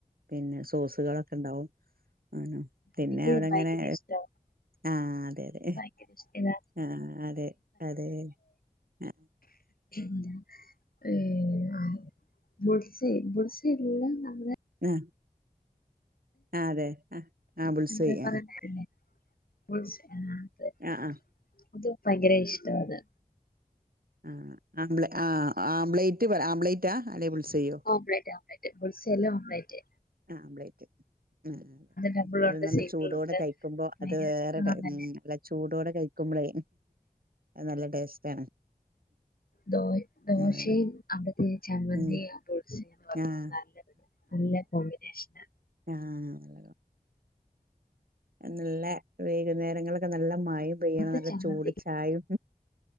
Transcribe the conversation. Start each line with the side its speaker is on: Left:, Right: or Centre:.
Right: പിന്നെ സോസുകളൊക്കെ ഉണ്ടാവും ആണോ പിന്നെ
Left: എനിക്ക്
Right: അവിടെങ്ങനെ
Left: ഭയങ്കര ഇഷ്ടമാണ്
Right: ആഹ് അതെ അതെ
Left: ഭയങ്കര ഇഷ്ടല്ല
Right: ആഹ് അതെ അതെ അ
Left: എന്താ ഏഹ് ആ ബുൾസൈ ബുൾസൈല്ലാം നമ്മുടെ
Right: ആ ആ അതെ ആ ബുൾസൈ
Left: എന്താ പറയണല്ലേ
Right: ആ
Left: ബുൾസൈ ആ അത്
Right: ആ ആ
Left: അത് ഭയങ്കര ഇഷ്ടാവാത്.
Right: ആ ആബ്ലെ ആ ആംബ്ലേറ്റ് പറ ആംബ്ലേറ്റാ അല്ലെ ബുൾസൈയോ
Left: ഓംലെറ്റ് ഓംലെറ്റ് ബുൾസൈയല്ലാ ഓംലെറ്റ്.
Right: ആംമ്പ്ലേറ്റ്. ആ
Left: ഡബിളുണ്ട്
Right: അത് നല്ല
Left: സിംഗിളുണ്ട്
Right: ചൂടോടെ കഴിക്കുമ്പോ
Left: ഭയങ്കര
Right: അത് വേറെ ടൈ
Left: ആണല്ലേ
Right: ഉം വെജ് ചൂടോടെ കഴിക്കുമ്പളേ അത് നല്ല ടേസ്റ്റാണ്.
Left: ദോ ദോശയും
Right: അതാണ്.
Left: അവിടത്തെ ചമ്മന്തിയും
Right: ഉം
Left: ബുൾസൈയും.
Right: ആഹ്
Left: നല്ല നല്ല കോമ്പിനേഷനാ
Right: ആ നല്ലതാ നല്ല വൈകുന്നേരങ്ങളിലൊക്കെ നല്ല മയയും പെയ്യണം
Left: അവിടുത്തെ
Right: നല്ല
Left: ചമ്മന്തി
Right: ചൂടുചായയും.